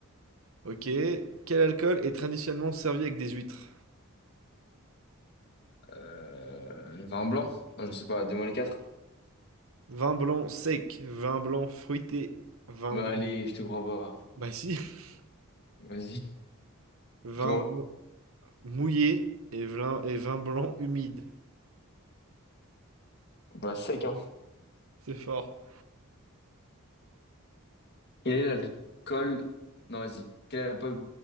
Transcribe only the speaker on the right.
Ok. Quel alcool est traditionnellement servi avec des huîtres?
Vin blanc sec. Vin blanc fruité. Vin
blanc.
Bah, si. <laughs>
Vin
blanc mouillé et vin, et vin blanc humide.
C'est fort.